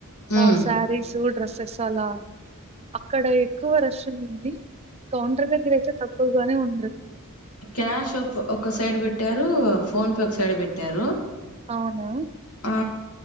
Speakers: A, on the left (about 80°); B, on the right (about 30°).
A: ఉమ్
B: అ సారీ సూట్. డ్రసెస్ అలా, అక్కడ ఎక్కువ రష్ ఉండింది, కౌంటర్ దగ్గర అయితే తక్కువగానే ఉ.
A: క్యాష్ అప్ ఒక్క సైడ్ పెట్టారూ. ఫోన్ పే ఒకసైడే పెట్టారు
B: అవునా
A: అ.